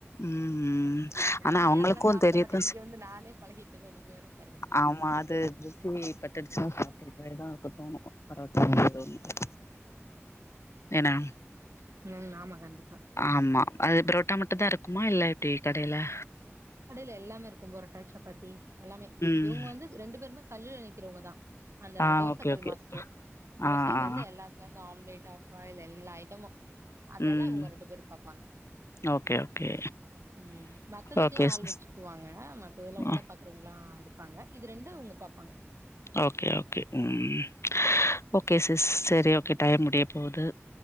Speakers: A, on the left (about 65°); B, on the right (about 70°).
A: ம் ம்
B: நானே
A: ஆனா அவங்களுக்கு
B: அதெல்லா சாப்ட
A: தெரியுது
B: மாட்டே இங்க வந்து நானே பழகிட்டேன்னா நீங்க வேற பாருங்களே
A: ஆமா அது ருசி பட்டுடுச்சுன்னா இதுக்கு முன்னாடிதா தோணும் பரோட்டா <unintelligible> ஏனா
B: ம் ஆமா கண்டிப்பா
A: ஆமா அது புரோட்டா மட்டுதா இருக்குமா இல்ல இப்டி கடைல
B: கடையில எல்லாமே இருக்கும் பொரட்டா சப்பாத்தி எல்லாமே
A: ம்
B: இவங்க வந்து ரெண்டு பேருமே கல்லுல நிக்க இருக்கவங்கதா அந்த
A: ஆ
B: தோசக்கல்
A: ஓகே ஓகே
B: மாஸ்ட்ரு தோசையில
A: ஆ ஆ
B: இருந்து எல்லாத்துல இருந்து ஆம்லேட் ஆஃபாயில் எல்லா ஐட்டமு அதெல்லா
A: ம்
B: இவங்க ரெண்டு பேரும் பாப்பாங்க
A: ஓகே ஓகே
B: ம் மத்ததுக்
A: ஓகே
B: ஆள்
A: சிஸ்
B: வச்சுக்குவாங்க மத்ததுல்லா உள்ள
A: அ
B: பாக்குறவங்காளா இருப்பாங்க இது ரெண்டு ங்க பாப்பாங்க
A: ஓகே ஓகே ம் ஓகே சிஸ் சரி ஓகே டைம் முடிய போது